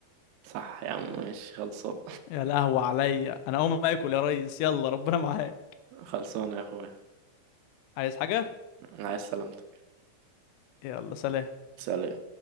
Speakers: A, on the right (about 75°); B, on the left (about 80°).
A: صح يا عم ماشي خلصان
B: يا لهوي عليا انا اقوم اكل يا ريس يلا ربنا معاك
A: خلصانة يا اخويا
B: عايز حاجة
A: عايز سلامتك
B: يلا سلام
A: سلام